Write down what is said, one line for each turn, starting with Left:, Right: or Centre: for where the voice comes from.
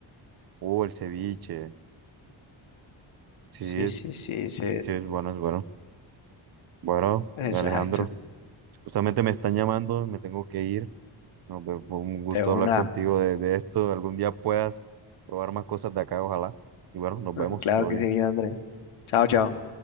Right: Uh, el ceviche. Sí,
Left: Sí,
Right: es-
Left: sí, sí, sí.
Right: sí, es bueno, es bueno. Bueno,
Left: Exacto.
Right: Alejandro, justamente me están llamando, me tengo que ir. No, pues, fue un gusto
Left: De una.
Right: hablar contigo de, de esto. Algún día puedas probar más cosas de acá, ojalá. Y bueno, nos
Left: <laughs>
Right: vemos,
Left: Claro
Right: todo
Left: que
Right: bien.
Left: sí, Andrés. Chao, chao.